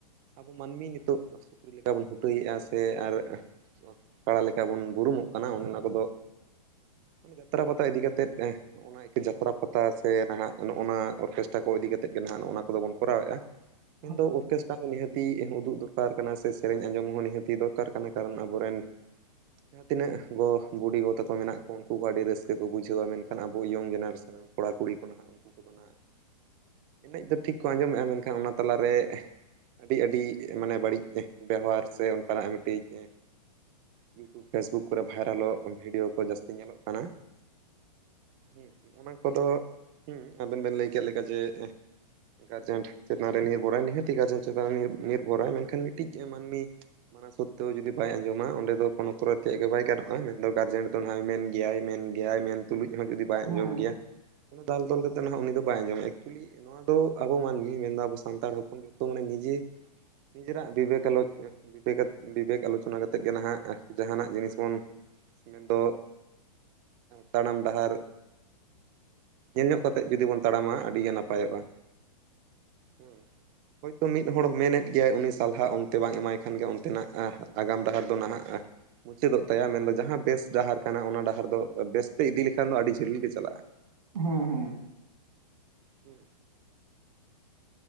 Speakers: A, on the right; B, on the right.
A: ᱟᱵᱚ ᱢᱟᱱᱢᱤ ᱱᱤᱛᱚᱜ ᱥᱩᱠᱨᱤ ᱞᱮᱠᱟ ᱵᱚᱱ ᱦᱩᱴᱟᱹᱭᱮᱫ-ᱟ ᱥᱮ ᱟᱨ ᱠᱟᱲᱟ ᱞᱮᱠᱟ ᱵᱚᱱ ᱵᱩᱨᱩᱢᱚᱜ ᱠᱟᱱᱟ ᱚᱱᱱᱟ ᱠᱚᱫᱚ ᱢᱟᱱᱮ ᱡᱟᱛᱨᱟ ᱯᱟᱛᱟ ᱤᱫᱤ ᱠᱟᱛᱮᱫ ᱮ ᱚᱱᱟ ᱮ ᱠᱟᱹ ᱡᱟᱛᱨᱟ ᱯᱟᱛᱟ ᱥᱮ ᱱᱟᱦᱟᱜ ᱚᱱᱮ ᱚᱱᱟ ᱚᱨᱠᱮᱥᱴᱟ ᱠᱚ ᱤᱫᱤ ᱠᱟᱛᱮᱫ ᱜᱮ ᱱᱟᱦᱟᱜ ᱱ-ᱚᱜᱱᱟ ᱠᱚᱫᱚ ᱵᱚᱱ ᱠᱚᱨᱟᱣᱮᱫ-ᱟ
B: <inaudible>
A: <unintelligible> ᱱᱤᱦᱟᱹᱛᱤ ᱮᱱᱦᱚᱸ ᱩᱫᱩᱜ ᱫᱩᱨᱠᱟᱨ ᱠᱟᱱᱟ ᱥᱮ ᱥᱮᱨᱮᱧ ᱟᱸᱡᱚᱢ ᱦᱚᱸ ᱱᱤᱦᱟᱹᱛᱤ ᱫᱚᱨᱠᱟᱨ ᱠᱟᱱᱟ ᱠᱟᱨᱚᱱ ᱟᱵᱚᱨᱮᱱ ᱡᱟᱦᱟᱸ ᱛᱤᱱᱟᱹᱜ ᱜᱚ ᱵᱩᱰᱤ ᱜᱚ ᱛᱟᱠᱚ ᱢᱮᱱᱟᱜ ᱠᱚ ᱩᱱᱠᱩ ᱠᱚ ᱟᱰᱤ ᱨᱟᱹᱥᱠᱟᱹ ᱠᱚ ᱵᱩᱡᱷᱟᱹᱣ-ᱟ ᱢᱮᱱᱠᱷᱟᱱ ᱟᱵᱚ ᱤᱭᱚᱝ ᱡᱮᱱᱟᱨᱮᱥᱚᱱ ᱠᱚᱲᱟ ᱠᱩᱲᱤ ᱠᱚ ᱱᱟᱦᱟᱜ ᱩᱱᱠᱩ ᱠᱚᱫᱚ ᱱᱟᱜ ᱮᱱᱮᱸᱡ ᱠᱚ ᱴᱷᱤᱠ ᱠᱚ ᱟᱸᱡᱚᱢᱚᱜ-ᱟ ᱢᱮᱱᱠᱷᱟᱱ ᱚᱱᱟ ᱛᱟᱞᱟᱨᱮ ᱟᱹᱰᱤ ᱟᱹᱰᱤ ᱢᱟᱱᱮ ᱵᱟᱹᱲᱤᱡ ᱵᱮᱣᱦᱟᱨ ᱥᱮ ᱚᱱᱠᱟᱱᱟᱜ ᱢᱤᱫᱴᱤᱡ ᱮ ᱤᱭᱩᱴᱩᱵ ᱯᱷᱮᱥᱵᱩᱠ ᱠᱚᱨᱮ ᱵᱷᱟᱭᱨᱟᱞᱚᱜ ᱵᱷᱤᱰᱭᱳ ᱠᱚ ᱡᱟᱹᱥᱛᱤ ᱧᱮᱞᱚᱜ ᱠᱟᱱᱟ᱾ ᱦᱮᱸ ᱱᱚᱜᱱᱟ ᱠᱚᱫᱚ ᱦᱩᱸ ᱟᱵᱮᱱ ᱵᱮᱱ ᱞᱟᱹᱭ ᱠᱮᱫ ᱞᱮᱠᱟ ᱡᱮ ᱜᱟᱨᱡᱮᱱᱴ ᱥᱮ ᱱᱚᱨᱮ ᱱᱤᱨᱵᱷᱚᱨᱟᱭ ᱱᱤᱦᱟᱹᱛᱤ ᱜᱟᱨᱡᱮᱱ ᱪᱮᱛᱟᱱ ᱨᱮ ᱱᱤᱨ ᱱᱤᱨᱵᱷᱚᱨᱟᱭ ᱢᱮᱱ ᱠᱷᱟᱱ ᱢᱤᱴᱤᱡ ᱢᱟᱱᱢᱤ ᱢᱟᱱᱟ ᱥᱳᱛᱛᱮᱣ ᱡᱩᱫᱤ ᱵᱟᱭ ᱟᱸᱡᱚᱢᱟ ᱚᱸᱰᱮ ᱫᱚ ᱠᱳᱱᱳ ᱠᱚᱨᱟᱨ ᱛᱮᱭᱟᱜ ᱜᱮ ᱵᱟᱭ ᱜᱟᱱᱚᱜ-ᱟᱭ ᱢᱮᱱᱫᱚ ᱜᱟᱨᱡᱮᱱᱴ ᱫᱚ ᱱᱟᱦ ᱮ ᱢᱮᱱ ᱜᱮᱭᱟᱭ ᱢᱮᱱ ᱜᱮᱭᱟᱭ ᱢᱮᱱ ᱛᱩᱞᱩᱡ ᱦᱚᱸ ᱡᱩᱫᱤ ᱵᱟᱭ
B: ᱦᱮᱸ
A: ᱟᱸᱡᱚᱢ ᱜᱮᱭᱟ ᱩᱱ ᱫᱟᱞ ᱛᱚᱞ ᱠᱟᱛᱮ ᱱᱟᱦᱟᱜ ᱩᱱᱤ ᱫᱚ ᱵᱟᱭ ᱟᱸᱡᱚᱢ ᱜᱮᱭᱟ ᱮᱠᱠᱪᱩᱞᱤ ᱱᱚᱣᱟ ᱫᱚ ᱟᱵᱚ ᱢᱟᱹᱱᱢᱤ ᱢᱮᱱᱫᱚ ᱟᱵᱚ ᱥᱟᱱᱛᱟᱲ ᱦᱚᱯᱚᱱ ᱡᱚᱛᱚ ᱢᱟᱱᱮ ᱱᱤᱡᱮ ᱱᱤᱡᱮᱨᱟᱜ ᱵᱤᱵᱮᱠ ᱟᱞᱳᱪ ᱵᱤᱵᱮ ᱵᱤᱵᱮᱠ ᱟᱞᱳᱪᱚᱱᱟ ᱠᱟᱛᱮᱫ ᱜᱮ ᱱᱟᱦᱟᱜ ᱡᱟᱦᱟᱱᱟᱜ ᱡᱤᱱᱤᱥ ᱵᱚᱱ ᱢᱮᱱᱫᱚ ᱛᱟᱲᱟᱢ ᱰᱟᱦᱟᱨ ᱧᱮᱞ ᱧᱚᱜ ᱠᱟᱛᱮᱫ ᱡᱩᱫᱤ ᱵᱚᱱ ᱛᱟᱲᱟᱢᱟ ᱟᱹᱰᱤ ᱜᱮ ᱱᱟᱯᱟᱭᱚᱜ-ᱟ ᱦᱮᱸ ᱦᱳᱭᱛᱳ ᱢᱤᱫ ᱦᱚᱲ ᱢᱮᱱᱮᱫ ᱜᱮᱭᱟᱭ ᱩᱱᱤ ᱥᱟᱞᱦᱟ ᱚᱱᱛᱮ ᱵᱟᱝ ᱮᱢᱟᱭ ᱠᱷᱟᱱ ᱜᱮ ᱚᱱᱛᱮᱱᱟᱜ ᱟᱜᱟᱢ ᱰᱟᱦᱟᱨ ᱫᱚ ᱱᱟᱦᱟᱜ ᱢᱩᱪᱟᱹᱫᱚᱜ ᱛᱟᱭᱟ ᱢᱮᱱᱫᱚ ᱡᱟᱦᱟᱸ ᱢᱮᱱ ᱫᱚ ᱡᱟᱦᱟᱸ ᱵᱮᱥ ᱰᱟᱦᱟᱨ ᱠᱟᱱᱟ ᱚᱱᱟ ᱰᱟᱦᱟᱨ ᱫᱚ ᱵᱮᱥᱛᱮ ᱤᱫᱤ ᱞᱮᱠᱷᱟᱱ ᱫᱚ ᱟᱹᱰᱤ ᱡᱷᱟᱹᱞ ᱜᱮ ᱪᱟᱞᱟᱜ-ᱟ᱾
B: ᱦᱮᱸ ᱦᱮᱸ
A: ᱦᱮᱸ